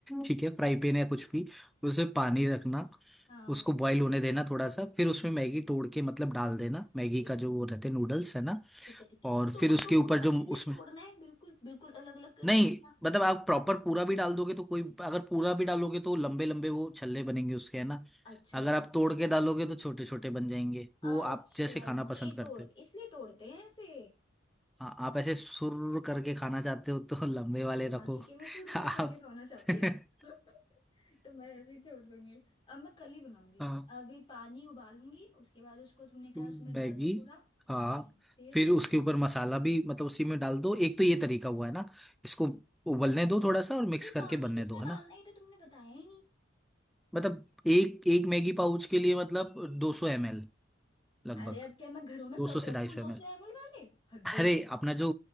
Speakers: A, in the centre; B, on the left (about 25°).
A: ठीक है फ्राई पैन या कुछ भी उसमें पानी रखना
B: हाँ
A: उसको बॉईल होने देना थोड़ा सा फिर उसमें
B: हम्म
A: मैगी तोड़ के मतलब डाल देना मैगी
B: ठीक
A: का जो वो रहते नूडल्स है ना
B: ठीक है ठीक है
A: और
B: तो
A: फिर
B: उसको
A: उसके ऊपर
B: पूरा अच्छे
A: जो
B: से
A: उसमें
B: तोड़ना है बिल्कुल बिल्कुल अलग अलग कर
A: नहीं
B: देना है ना
A: मतलब आप प्रॉपर पूरा भी डाल दोगे तो कोई अगर पूरा भी डालोगे तो लंबे लंबे वो छल्ले बनेंगे उसके है ना
B: अच्छा
A: अगर
B: अच्छा
A: आप तोड़ के डालोगे तो छोटे छोटे बन जाएंगे
B: अच्छा
A: वो आप जैसे खाना
B: ये
A: पसंद करते
B: तोड़ इसलिए
A: हो
B: तोड़ते हैं इसे
A: हाँ आप ऐसे सुर करके खाना चाहते हो तो लंबे वाले
B: हाँ
A: रखो
B: ठीक है मैं सुर्र
A: आप
B: करके खाना चाहती
A: <laughs>
B: हूँ <laughs> तो मैं ऐसे ही छोड़ दूंगी अब मैं कल ही बनाऊंगी
A: हाँ
B: अभी पानी उबालूंगी उसके बाद उसको तुमने कहा
A: मैगी
B: उसमें डाल दो पूरा
A: हाँ
B: ठीक है फिर
A: फिर उसके ऊपर मसाला भी मतलब उसी में डाल दो एक तो ये तरीका हुआ है ना इसको उबलने दो थोड़ा सा और मिक्स
B: अरे
A: करके
B: पानी
A: बनने
B: कितना
A: दो है
B: डालना
A: ना
B: है ये तो तुमने बताया ही नहीं
A: मतलब एक एक मैगी पाउच के लिए मतलब 200 सौ एम एल, लगभग
B: अरे अब क्या मैं घरों में
A: दो
B: कप
A: सौ से
B: रखूं
A: ढाई सौ
B: दो
A: एम
B: सौ
A: एल
B: एम एल वाले हद हो
A: अरे
B: गई
A: अपना जो